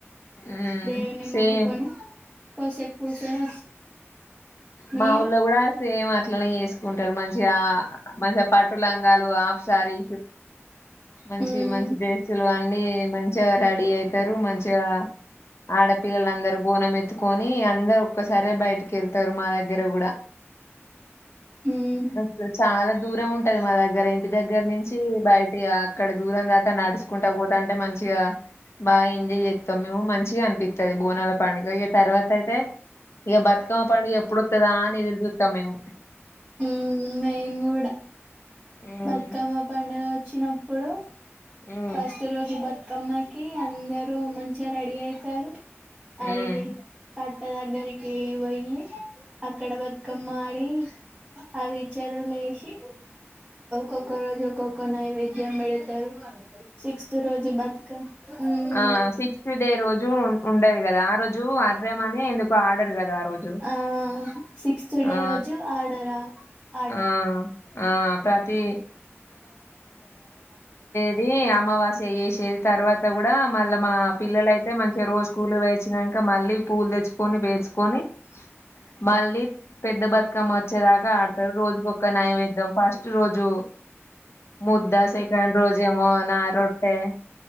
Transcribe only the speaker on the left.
ఉమ్
సేమ్
మాఊళ్ళ కూడా సేమ్ అట్లనే చేసుకుంటారు మంచిగా మంచిగా పట్టులంగాలు ఆప్స రీ మంచి
మంచి డ్రెస్సులు అన్ని మంచి రెడీ అయితారు మంచిగా ఆడపిల్లలందరు బోనం ఎత్తుకొని అందరు ఒసారే బయటికి వెళ్తారు మా దగ్గర కూడా
అలు చాలా దూరం ఉంటది మా దగ్గర ఇంటి దగ్గర నించి బయటి అక్కడ దూరం దాకా నడుచు కుంటా పోతా అంటే మంచిగా బాగా ఎంజాయ్ చేస్తాం మేము మంచిగా అనిపిస్తుది బోనాల పండుగ ఇక తర్వాత అయితే ఇక బతుకమ్మ పండుగ ఎప్పుడుతుదాని ఎదుగుతా మేము
ఉమ్
ఉమ్
ఉమ్
ఆ సిక్స్త్ డే రోజు ఉం- ఉండదు కదా ఆ రోజు అర్రం అని ఎందుకో ఆడరు కదా రోజు
ఆ
ఆ ఆ ప్రతి ది అమావాస్య యేసేది తర్వాత గూడ మళ్ళ మా పిల్లలయితే మంచిగ రోజు స్కూల్ వచ్చినంక మళ్ళీ పూలు తెచ్చుకొని బేర్చుకొని మళ్ళీ పెద్ద బతుకమ్మ వచ్చేదాక ఆడ రోజుకొక్క నైవేద్యం ఫస్ట్ రోజు ముద్ద సెకండ్ రోజు జెమోన రొట్టే